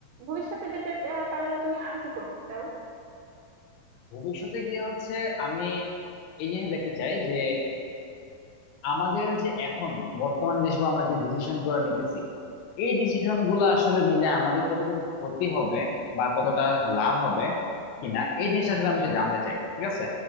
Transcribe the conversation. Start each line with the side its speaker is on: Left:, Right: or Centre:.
Right: ভবিষ্যতে যেতে আহ, পারলে তুমি আর কি করতে চাও
Left: ভবিষ্যতে গিয়ে হচ্ছে আমি এই জিনিস দেখতে চাই যে আমাদের যে এখন বর্তমানে যেসব আমরা যে ডিসিশন গুলো নিতেছি এই ডিসিশন গুলো আসলে নিলে আমাদের কতটুকু ক্ষতি হবে বা কতটা লাভ হবে কিনা এই জিনিসটা আসলে আমি সে জানতে চাই ঠিক আছে